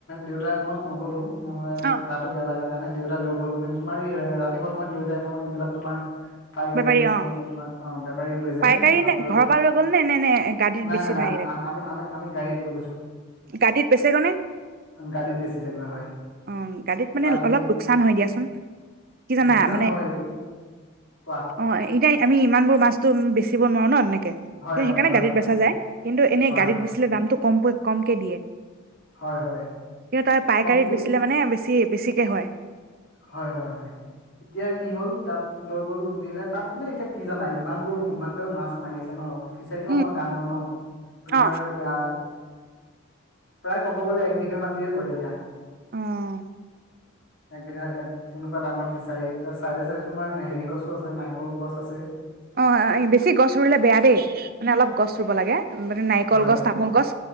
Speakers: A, on the left; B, on the right.
A: দেউতাই মই নগলো মই
B: অ
A: গা টো বেয়া লগা কাৰণে দেউতাই এ লৈ গ'ল মানে তোমাৰ ৰাতিপুৱা সময়ত লৈ যায় নহয় এই বিলাক তোমাৰ পাই গাড়ীৰ
B: বেপাৰী
A: নিচিনা
B: অ
A: যে তোমাৰ অ বেপাৰী লৈ যায়
B: পাইকাৰী
A: তাত
B: নে
A: লৈ
B: ঘৰৰ
A: গল
B: পৰা নে নে নে গাদীত
A: নাই
B: বেছি
A: নাই নাই
B: থৈ আহিলে
A: আ আমি গাড়ীত লৈ গৈছো
B: গাদীত বেচেগৈ নে
A: গাড়ীত বেচি জেগা হয়
B: অ গাদীত মানে
A: তাত নি
B: অলপ লোকচান হয় দিয়াচোন কি জানা
A: লোকচান
B: মানে
A: হয় কোৱা
B: অ এতিয়া আমি ইমান বোৰ মাছতো বেচিব নোৱাৰো ন তেনেকে।
A: হয়
B: কিন্তু
A: হয়
B: সেইকাৰণে
A: হয়
B: গাড়ীত
A: হয়
B: বেচা যায় কিন্তু এনে
A: হয়
B: গাড়ীত
A: হয়
B: বেচিলে দামটো কমকৈ কমকে দিয়ে
A: হয় হয়
B: কিন্তু তাৰ পাইকাৰিত
A: কমকে
B: বেচিলে মানে বেছি বেছিকে হয়।
A: হয় হয় হয় এতিয়া কি হ'ল তাত লৈ গ'ল নিলে তাত মানে এতিয়া কি জানা ইমানবোৰ ইমান গাল মাছ মাৰিছে ন ফিচাৰীটো
B: উম
A: আমাৰ ডাঙৰ ন তোমাৰ
B: অ',
A: আ প্ৰায় ক'ব গ'লে এক বিঘা মাটিৰে পৰে দিয়া।
B: উম
A: এক তেনেকুৱা ডাঙৰ ফিচাৰী তাৰ চাইডে, চাইডে তোমাৰ হেৰি গছো আছে নাৰিকল গছ আছে।
B: অ বেছি গছ ৰুলে বেয়া দেই মানে অলপ গছ ৰুব লাগে। মানে নাৰিকল
A: হয়
B: গছ তামোল গছ